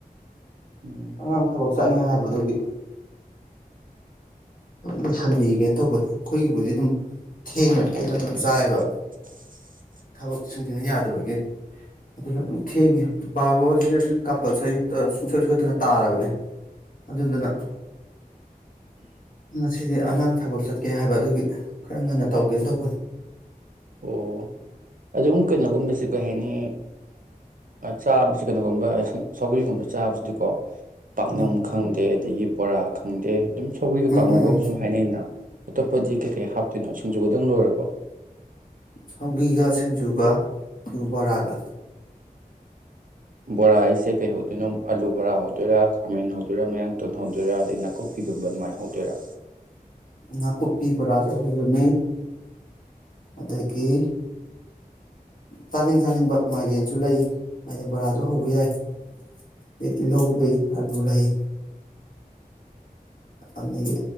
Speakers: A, on the left; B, on the right.
A: <unintelligible>
B: ꯎꯝ
A: ꯑꯉꯥꯡ ꯊꯕꯛ ꯆꯠꯅꯤ ꯍꯥꯏꯕꯗꯨꯒꯤ ꯎꯝꯁꯟꯕꯤ ꯀꯩꯅꯣ ꯇꯧꯕꯅꯦ ꯑꯩꯈꯣꯏꯒꯤꯕꯨꯗꯤ ꯑꯗꯨꯝ ꯊꯦꯡꯅꯗꯤ ꯑꯩꯅ ꯑꯗꯨꯝ ꯆꯥꯏꯕ
B: <unintelligible>
A: ꯊꯕꯛꯁꯤꯡꯁꯤꯅ ꯌꯥꯗꯕꯒꯤ ꯑꯗꯨꯅ ꯑꯗꯨꯝ ꯊꯦꯡꯉꯦ ꯕꯥꯔꯣꯁꯤꯗ ꯑꯗꯨꯝ ꯀꯝꯄꯜꯁꯔꯤ ꯁꯨꯡꯁꯣꯏ ꯁꯣꯏꯗꯅ ꯇꯥꯔꯕꯅꯦ ꯑꯗꯨꯗꯨꯅ ꯉꯁꯤꯗꯤ ꯑꯉꯥꯡ ꯊꯕꯛ ꯆꯠꯀꯦ ꯍꯥꯏꯕ ꯑꯗꯨꯒꯤ ꯈꯔ ꯉꯟꯅ ꯇꯧꯒꯦꯅ ꯇꯧꯕꯅꯤ
B: ꯑꯣ ꯑꯗꯨꯝ ꯀꯩꯅꯣꯒꯨꯝꯕꯁꯦ ꯀꯩ ꯍꯥꯏꯅꯤ ꯆꯥꯕꯁꯤ ꯀꯩꯅꯣꯒꯨꯝꯕ ꯁꯧꯒ꯭ꯔꯤꯒꯨꯝꯕ ꯆꯥꯕꯁꯤꯗꯤꯀꯣ ꯄꯥꯛꯅꯝ
A: ꯎꯝ
B: ꯈꯪꯗꯦ ꯑꯗꯒꯤ ꯕꯣꯔꯥ ꯈꯪꯗꯦ ꯑꯗꯨꯝ ꯁꯧꯒ꯭ꯔꯤꯒ
A: ꯎꯝ
B: ꯀꯥꯡꯉꯧꯒ
A: ꯎꯝ ꯎꯝ
B: ꯁꯨꯝ ꯍꯥꯏꯅꯩꯩꯅ ꯞꯄꯖꯤ ꯀꯩ ꯍꯥꯞꯇꯅꯣ ꯨꯒꯗꯪ ꯂꯣꯏꯔꯕ
A: ꯁꯧꯒꯤꯒ ꯁꯤꯡꯖꯨꯒ ꯑꯗꯨꯒ ꯕꯣꯔꯥꯒ
B: ꯕꯣꯔꯥ ꯍꯥꯏꯁꯦ ꯀꯩꯍꯧꯗꯣꯏꯅꯣ ꯑꯂꯨ ꯕꯣꯔꯥ ꯍꯧꯗꯣꯏꯔꯥ ꯈꯥꯃꯦꯟ ꯍꯧꯗꯣꯏꯔꯥ ꯃꯌꯥꯡꯇꯣꯟ ꯍꯧꯗꯣꯏꯔꯥ ꯑꯗꯩ ꯅꯥꯀꯨꯞꯄꯤꯒꯨꯝꯕ ꯑꯗꯨꯃꯥꯏꯅ ꯍꯧꯗꯣꯏꯔꯥ
A: ꯅꯥꯀꯨꯞꯄꯤ ꯕꯣꯔꯥꯁꯨ ꯍꯧꯔꯅꯤ ꯑꯗꯒꯤ ꯆꯥꯅꯤꯡ ꯆꯥꯅꯤꯡꯕ ꯃꯥꯏꯔꯦꯟꯁꯨ ꯂꯩ ꯃꯥꯏꯔꯦꯟ ꯕꯣꯔꯥꯁꯨ ꯍꯧꯕ ꯌꯥꯏ ꯑꯗꯩ ꯇꯤꯜꯍꯧ ꯂꯩ ꯑꯂꯨ ꯂꯩ ꯑꯗꯒꯤ